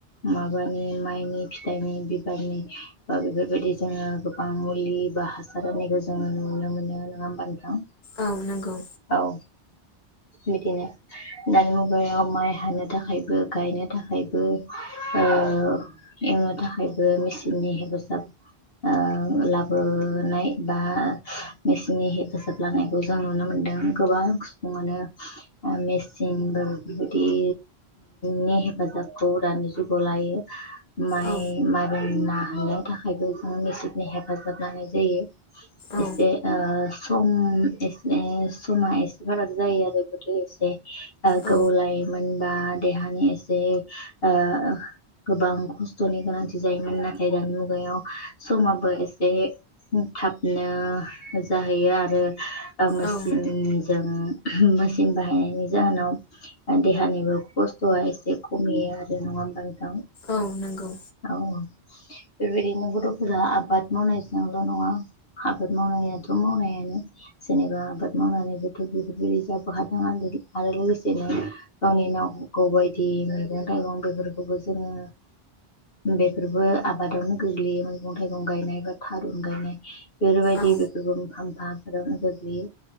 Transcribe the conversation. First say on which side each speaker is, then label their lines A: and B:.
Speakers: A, on the left; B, on the left.
A: माबानि माइनि फिथाइनि बिबारनि ओ बेफोर बायदि जोङो गोबां मुलि बा हासार होनायखौ जोङो नुनो मोनो नङा होमबा नोंथां।
B: औ नंगौ।
A: औ बिदिनो दानि मुगायाव माइ हानो थाखायबो गायनो थाखायबो ओ एवनो थाखायबो मेचिननि हेफाजाब ओ लाबोनाय बा मेसिननि हेफाजाब लानायखौ जों नुनो मोनदों। नुदों गोबां सुबुंआनो मेचिन बो बेफोर बायदि नि हेफाजाबखौ दानि जुगाव लायो। माइ
B: औ
A: मारोन नाहैैनो थाखायबो जों मेसेननि हेफाजाब लानाय जायो।
B: औ
A: एसे ओ सम एसे समा एसे फाराग जायो आरो गोदो एसे गोबाव
B: औ
A: लायो मोन बा देहानि एसे ओ गोबां खस्थ'नि गोनांथि जायोमोन नाथ गेदान मुगायाव समाबो एसे थाबनो जाहैयो आरो ओ मेसिनजों
B: औ
A: मेसिन बाहायनायनि जाहोनाव देहानिबो खस्थ'आ एसे खमियो आरो नों नंआ ओमबा नोंथां?
B: औ नंगौ
A: औ बेबायदिनो गथ'फोरा आबाद मावनायजोंल' नङा आबाद मावनायाथ' मावनायानो जेनेबा आबाद मावनानैबोथ' बेफोरबायदि जाबो हो आलि बादि आरो लोगोसेनो गावनि नांगौ बायदि मैगं थाइगं बेफोरखौबो जोङो बेफोरबो आबादावनो गोग्लैयो मैगं थाइगं गायनाय बा थारुन गायनाय बेफोरबायदि
B: औ
A: बेफोरबो मोनफा मोनफा आबाद आवनो गोग्लैयो